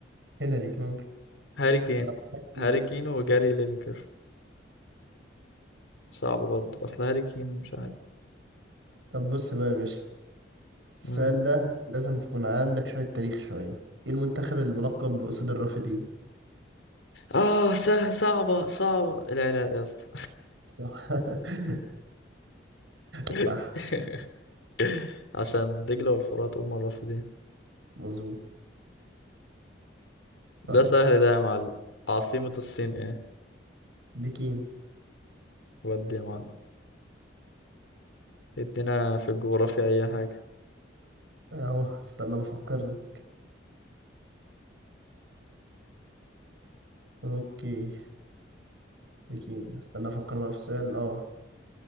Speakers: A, on the right; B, on the left.
A: هنري ممكن
B: هاري كين
A: لا <clears throat> حكيم.
B: هاري كين وجاري لينكر صعبة برضه اصل هاري كين مش عارف
A: طب بص بقى يا باشا السؤال
B: مم.
A: ده لازم تكون عندك شوية تاريخ شوية ايه المنتخب الملقب بأسود الرافدين؟
B: اه سه صعبة صعبة العراق يا اسطى
A: صح <laughs> صح
B: <laughs> عشان دجلة والفرات هم الرافدين
A: مظبوط
B: ده
A: طيب
B: سهل ده يا معلم عاصمة الصين ايه
A: بكين
B: ودي يا معلم ادينا في الجغرافيا اي حاجة
A: اهو استنى بفكر لك اوكي بكين استنى افكر بقى في السؤال اه